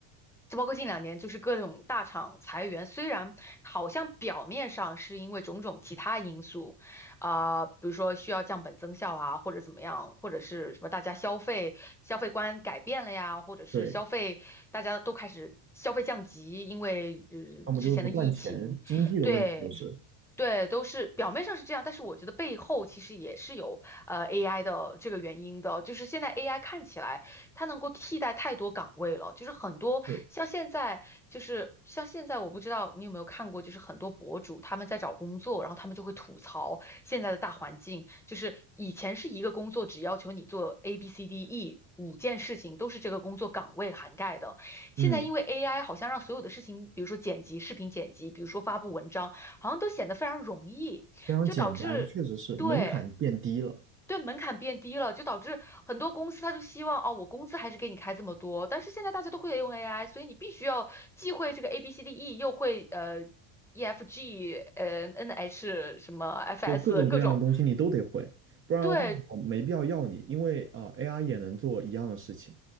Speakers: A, in the centre; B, on the right.
A: 就包括近两年，就是各种大厂裁员，虽然好像表面上是因为种种其他因素，啊、比如说需要降本增效啊，或者怎么样，或者是什么大家消费消费观改变了呀，或者是消费大家都开始消费降级，
B: 对。
A: 因为呃之前的疫情，
B: 要么就是不赚钱，经济的问题都是
A: 对。对，都是表面上是这样，但是我觉得背后其实也是有呃 AI 的这个原因的，就是现在 AI 看起来它能够替代太多岗位了，就是很多像现在就是像现在，
B: 是，
A: 我不知道你有没有看过，就是很多博主他们在找工作，然后他们就会吐槽现在的大环境，就是以前是一个工作只要求你做 A B C D E。五件事情都是这个工作岗位涵盖的。
B: 嗯，
A: 现在因为 AI 好像让所有的事情，比如说剪辑、视频剪辑，比如说发布文章，好像都显得非常容易，
B: 非常简单，
A: 就导致，
B: 确实是门槛变低了，
A: 对，对，门槛变低了，就导致很多公司他就希望哦，我工资还是给你开这么多。但是现在大家都会用 AI，所以你必须要既会这个 A B C D E，又会呃 E F G 呃 N H 什么 F S
B: 就各种各样的东西你都得会，
A: 各种。
B: 不然的话我没必要要你，
A: 对，
B: 因为啊、呃 AI 也能做一样的事情，